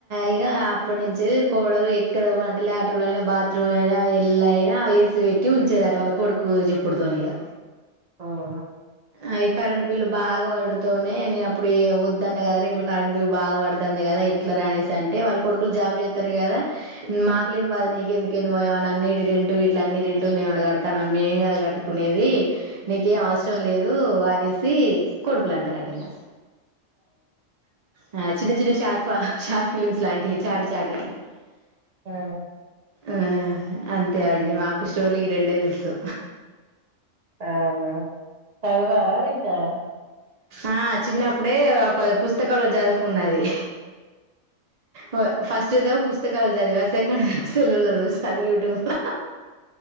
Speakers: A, on the right; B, on the right.
A: ఇగ అప్పటి నుం చి కోడలు ఎక్కడ అంటే ల్యాట్రన్ లో అయినా బాత్రూమ్ లో అయినా ఎల్ల అైనా ఏసీ పెట్టి ఉంచేదిట వాళ్ళకి కొడుకు చెప్పుడుతోనే ఇగ
B: ఆఓ
A: ఆఏ కరెంట్ బిల్లు బాగా పడుతూనే నేను అప్పుడు వద్దదున్న కదా రా ఇప్పుడు కరెంట్ బిల్లు బాగాడుతాంది కదా ఎట్లా రానేేసి అంటే వాళ్ళ కొడుకులు జాబ్ చేస్త తారు కదా మాకు లేని బాధ నీకు ఎందుకే నువ్ ఏమనా అన్ని రెంటూ ఇట్ల అన్ని రెంటులేమ కడతాను మేంగద కట్టుకునేది నీకేం అవసరం లేదు అనేసి కొడుకులు అంటారు అంట ఇగ ఆ చిన్న చిన్న షార్ట్ ఫా షార్ట్ ఫిలిమ్స్ లాంటివి చాటి చాటి
B: ఆ
A: ఆ అంతే అండి మాకు ఇష్టోలకి ఈ రెండే తెలుసు
B: అవున చదివారా వింటారా
A: ఆ చిన్నప్పుడే ఒక పుస్తకంలో చదువుకున్నది ఓ ఫస్ట్ టేదేమో పుస్తకలు చదివా సెకండ్ సెల్లులో చూసా అది యూట్యూబ్లా